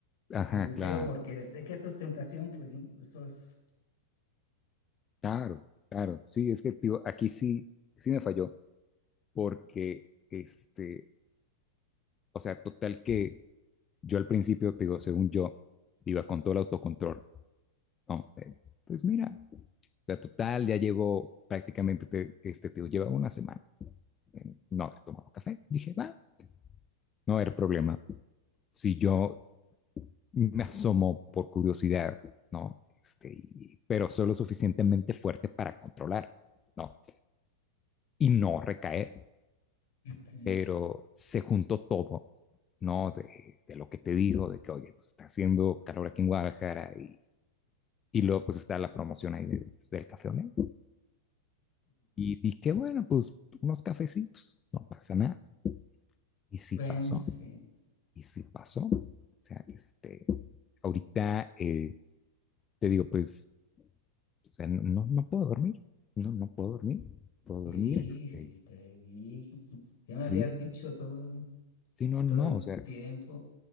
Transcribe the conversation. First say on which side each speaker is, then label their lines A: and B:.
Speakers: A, on the left (about 25°); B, on the left (about 65°).
A: ajá,
B: me volteo
A: claro,
B: porque sé que eso es tentación, pues, ¿no? Eso es...
A: claro, claro. Sí, es que, tío, aquí sí, sí me falló, porque, este, o sea, total que yo al principio, te digo, según yo, iba con todo el autocontrol, ¿no? Eh, pues mira, o sea, total, ya llevo prácticamente, este, te digo, lleva una semana, eh, no había tomado café. Dije, va, no era problema. Si yo me asomo por curiosidad, ¿no? Este, pero solo suficientemente fuerte para controlar, ¿no? Y no recaer,
B: <laughs>
A: pero se juntó todo, ¿no? De, de lo que te digo, de que, oye, pues está haciendo calor aquí en Guadalajara y Y luego pues está la promoción ahí de- del café Olé. Y dije, bueno, pues unos cafecitos, no pasa nada. Y sí
B: Bueno,
A: pasó,
B: sí.
A: y sí pasó. O sea, este, ahorita eh, te digo, pues, o sea, no, no no puedo dormir, no, no puedo dormir, puedo dormir,
B: Y
A: este,
B: sí, te dije, ya me
A: sí,
B: habías dicho todo,
A: sí, no,
B: todo
A: no,
B: el
A: o sea,
B: tiempo.